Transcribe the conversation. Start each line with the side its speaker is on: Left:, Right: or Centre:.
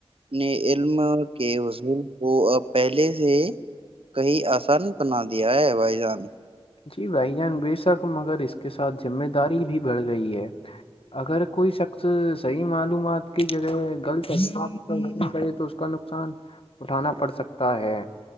Right: نے علم کے حضول کو اب پہلے سے کہیں آسان بنا دیا ہے بھائی جان
Left: جی بھائی جان بے شک مگر اس کے سھ ذمہ داری بھی بڑ گئی ہے اگر کوئی شخص صحیح معلومات کی جگہ غلطات کرے تو اس کا نقصان اٹھانا پڑ سکتا ہے